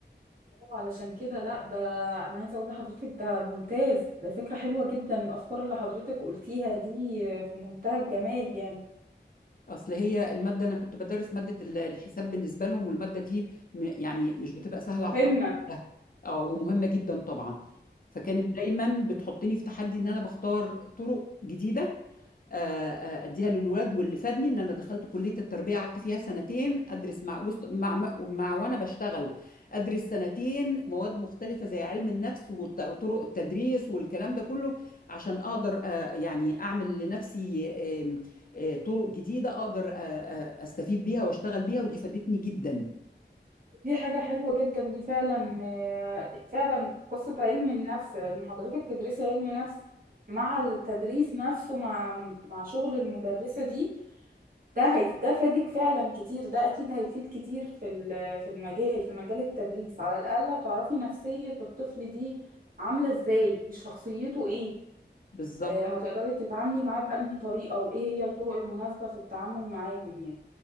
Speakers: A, on the right; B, on the left.
A: علشان كده لا ده انا عايزه اقول لحضرتك ده ممتاز ده فكره حلوه جدا الافكار اللي حضرتك قلتيها دي في منتهى الجمال يعني
B: اصل هي الماده انا كنت بدرس ماده ال- الحساب بالنسبه لهم والماده دي م- يعني مش بتبقى سهله
A: مهمه
B: على الطلبه كلها. اه ومهمه جدا طبعا فكانت دايما بتحطني في تحدي ان انا بختار طرق جديده آه، آه، اديها للولاد واللي فادني ان انا دخلت كليه التربيه قعدت فيها سنتين ادرس مع وسط- مع مع مع- وانا بشتغل ادرس سنتين مواد مختلفه زي علم النفس والط- وطرق التدريس والكلام ده كله عشان اقدر آه، يعني اعمل لنفسي آم، آه، طرق جديده اقدر آه، آه، استفيد بيها واشتغل بيها ودي فادتني جدا
A: دي حاجة حلوة جدا دي فعلا آه، فعلا قصة علم النفس إن حضرتك تدرسي علم نفس مع التدريس نفسه مع مع شغل المدرسة دي ده هيف ده فادك فعلا كتير ده أكيد هيفيد كتير في ال- في المجال في مجال التدريس على الأقل هتعرفي نفسية الطفل دي عاملة إزاي وشخصيته إيه
B: بالظبط
A: آه، هتقدري تتعاملي معاه بأنهي طريقة وإيه هي الطرق المناسبة في التعامل معاهم يعني